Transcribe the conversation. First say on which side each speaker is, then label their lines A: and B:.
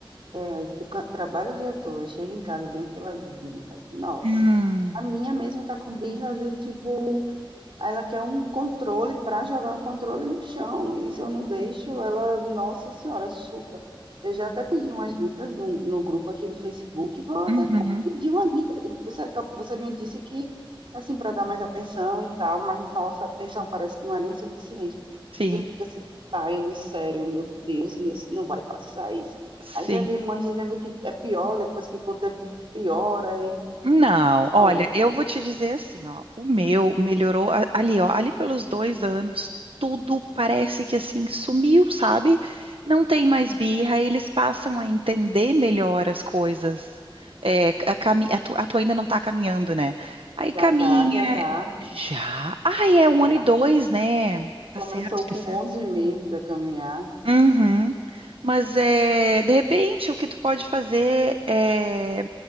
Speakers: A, on the right; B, on the right.
A: é, a gente can- trabalha o dia todo, chega em casa, vem aquelas birras. Nossa,
B: Hum.
A: a minha mesmo tá com birra de tipo. Ela quer um controle para jogar o controle no chão. E se eu não deixo, ela, nossa senhora, surta. Eu já até pedi umas dicas no, no grupo aqui do Facebook. Vou até
B: Uhum.
A: co- pedir uma dica. Você, acab- você me disse que, assim, para dar mais atenção e tal, mas nossa, a atenção parece que não é nem suficiente.
B: Sim,
A: Às vezes eu fico assim, saio do sério, meu Deus, nes- não vai passar isso.
B: sim.
A: Aí já vi mães dizendo que é pior, depois que com o tempo piora. E,
B: Não,
A: nossa,
B: olha, eu vou te dizer assim, ó, o meu melhorou a- ali, ó, ali pelos dois anos, tudo parece que assim sumiu, sabe? Não tem mais birra, eles passam a entender melhor as coisas. É, a, cami- a tu, a tua ainda não tá caminhando, né? Aí caminha,
A: já tá, já tá.
B: já. Ai, é um ano
A: já.
B: e dois, né? Tá
A: Começou
B: certo, tá
A: com
B: certo.
A: 11 meses a caminhar.
B: Uhum. Mas é, de repente o que tu pode fazer é